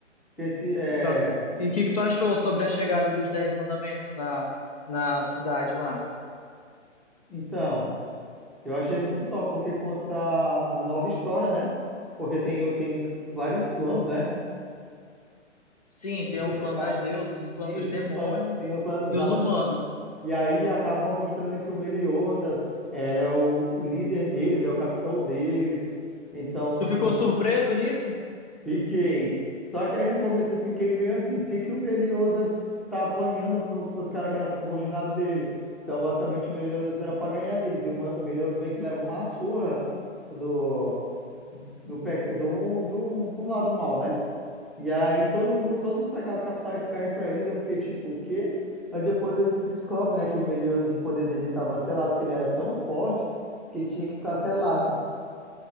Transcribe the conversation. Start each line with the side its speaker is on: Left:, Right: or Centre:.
Centre: Que, que, é...
Left: E tu ach- e o que, que tu achou sobre a chegada dos Dez Mandamentos na, na cidade lá?
Centre: Então, eu achei muito top, porque conta a nova história, né? Porque tem, o- tem vários clãs, né?
Left: Sim, tem
Centre: Tem
Left: o clã
Centre: va-
Left: das deusas, o clã
Centre: Isso,
Left: dos demônios
Centre: os clãs- tem os clãs, exatamente.
Left: e os humanos.
Centre: E aí acaba mostrando que o Meliodas era o, o líder deles, é o capitão deles. Então,
Left: Tu ficou surpreso nisso?
Centre: Fiquei. Só que aí no começo eu fiquei meio assim, por que que o Meliodas tá apanhando pro, pros caras que eram subordinados dele? Então, basicamente, o Meliodas era pra ganhar deles. E o Ma- Meliodas meio que leva uma surra do, do, pe- do, do, do lado mal, né? E aí todo, mundo- todos os pecados capitais perdem pra eles. Eu fiquei tipo, o quê? Aí depois eu descobre, né, que o Meliodas, o poder dele tava selado, porque ele era tão forte que tinha que ficar selado.